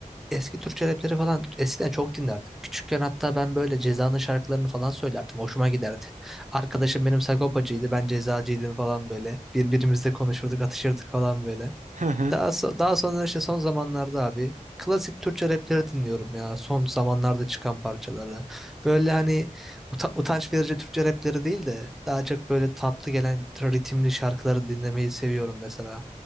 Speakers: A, in the centre; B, on the right.
A: eski Türkçe rapleri falan eskiden çok dinlerdim. Küçükken hatta ben böyle Ceza'nın şarkılarını falan söylerdim. Hoşuma giderdi. Arkadaşım benim Sagopacıydı, ben Cezacıydım falan böyle. Birbirimizle konuşurduk, atışırdık falan böyle.
B: <laughs> Hı hı.
A: Daha, so- daha sonra işte son zamanlarda abi klasik Türkçe rapleri dinliyorum ya. Son zamanlarda çıkan parçaları. Böyle hani uta- utanç verici Türkçe rapleri değil de daha çok böyle tatlı gelen ritimli şarkıları dinlemeyi seviyorum mesela.